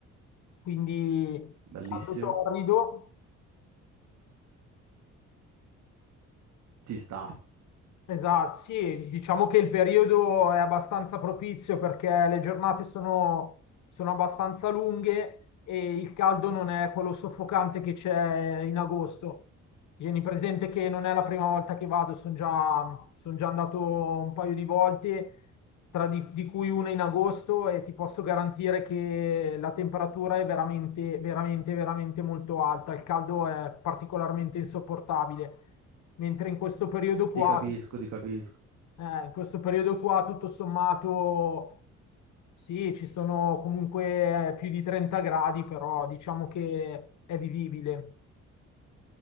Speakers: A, on the left; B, on the right.
A: quindi
B: Bellissimo.
A: caldo torrido,
B: Ci sta.
A: Esatto, sì, diciamo che il periodo è abbastanza propizio perché le giornate sono, sono abbastanza lunghe e il caldo non è quello soffocante che c'è in agosto. Tieni presente che non è la prima volta che vado, sono già, son già andato un paio di volte tra di, di cui una in agosto e ti posso garantire che la temperatura è veramente, veramente, veramente molto alta, il caldo è particolarmente insopportabile, mentre in questo periodo qua,
B: Ti capisco, ti capisco.
A: eh, in questo periodo qua tutto sommato sì, ci sono comunque eh, più di 30 gradi, però diciamo che è vivibile.